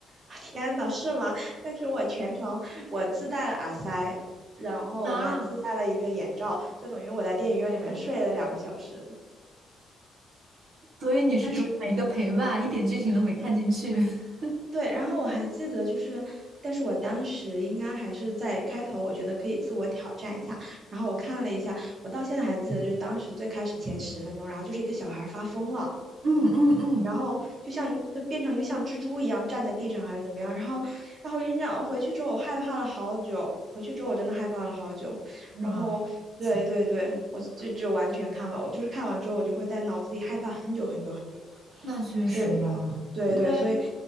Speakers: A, on the right (about 45°); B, on the right (about 75°).
A: <laughs> 天呐，是吗？但是我全程我自带了耳塞，然后我还自带了一个眼罩，
B: 啊，
A: 就等于我在电影院里面睡了两个小时。
B: 所以你是主打一个陪伴，
A: 但是
B: 一点剧情都没看进去。
A: <laughs>，
B: <laughs>
A: 对，然后我还记得就是，但是我当时应该还是在开头，我觉得可以自我挑战一下。然后我看了一下，我到现在还记得，就是当时最开始前十分钟，然后就是一个小孩发疯了，
B: 嗯嗯嗯，
A: 然后就像一呃变成一个像蜘蛛一样站在地上还是怎么样，然后，然后跟你回去之后我害怕了好久，回去之后我真的害怕了好久，
B: 哇
A: 然后对对对，
B: 塞，
A: 我就就完全看完，我就是看完之后我就会在脑子里害怕很久很久很久，
B: 那确实啊，
A: 所以对对，
B: 因为
A: 所以